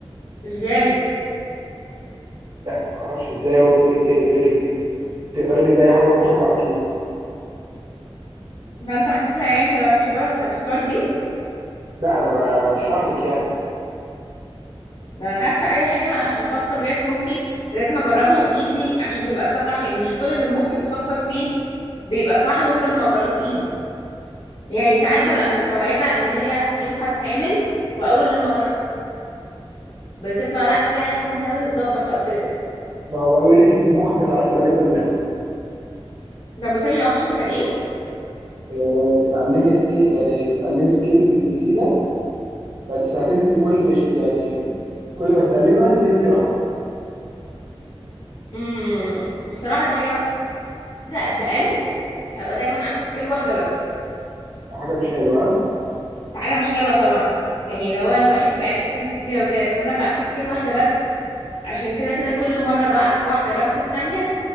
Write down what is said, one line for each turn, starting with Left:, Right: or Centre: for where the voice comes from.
Left: ازاي
Right: لا ما اعرفش ازاي هو بيقول لك كده بيقول لك انك تقدر تبني اي حاجه بمخك على طول
Left: فانت حاسسها يعني انت لو هتختار هتختار دي
Right: لا انا ب- بشرح لك يعني
Left: ما انا حاسه اي حاجه ه- هفكر فيها في مخي لازم اجربها بايدي عشان تبقى صح يعني مش كل اللي مخي بتفكر فيه بيبقى صح غير لما اجربه بايدي يعني ساعات ببقى مستوعبة ان هي ينفع تتعمل واول لما جربت بتطلع لا فيها حاجة محتاجة تتظبط او كده
Right: ما هو بيقول لك انت بمخك هتعرفي تعملي كل ده
Left: طب وتاني اوبشن كان ايه
Right: اه تتعلمي سكيل يعني تتعلمي سكيل جديده بس هتنسي كل ش... يعني كل ما تتعلمي واحده تنسي واحده
Left: امم الصراحة دي حاجة واحدة قد ان هبقى دايما عارفة سكيل واحدة بس
Right: حاجه مش حلوه ها
Left: فحاجة مش حلوة طبعا يعني اللي هو الواحد بيبقى عارف سكيلز كتيرة وكده لكن انا ببقى عارفة سكيل واحدة بس عشان كده كده كل مرة بعرف واحدة بنسى التانية